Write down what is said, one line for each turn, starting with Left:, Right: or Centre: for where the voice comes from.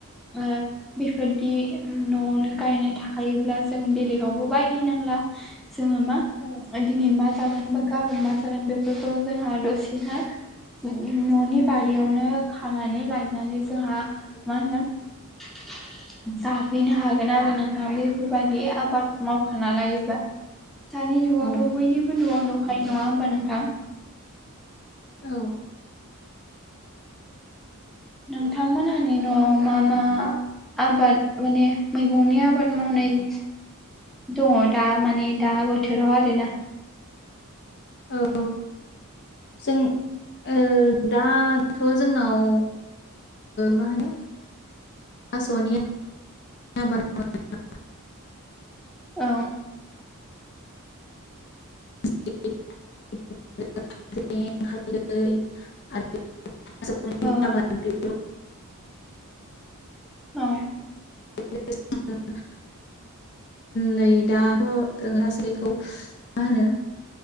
Centre: ओ बेफोरदि न'आवनो गायनाय थाखायोब्ला जों बेलेगावबो बायहैनांला जोङो मा
Left: औ
Centre: दिनै मा जागोन बा गाबोन मा जागोन बेफोरखौ जोंहा दसेनो न'नि बारियावनो खानानै लायनानै जोंहा मा होनगोन जाफैनो हागोन आरो नोंथां बेफोरबायदि आबाद मावखाना लायोबा दानि जुगावथ
Left: औ
Centre: बयनिबो न'आव नुखायो नङा होमबा नोंथां
Left: औ
Centre: नोंथांमोनहानि न'आव मा मा आबाद माने मैगंनि आबाद मावनाय दङ दा माने दा बोथोराव आरोना
Left: औ जों ओ दा दाथ जोंनाव माहोनो थासनि आबाद मावनाय
Centre: औ
Left: <unintelligible> हालदै <unintelligible>
Centre: औ औ
Left: <unintelligible> नै दाथ जों <unintelligible> मा होनो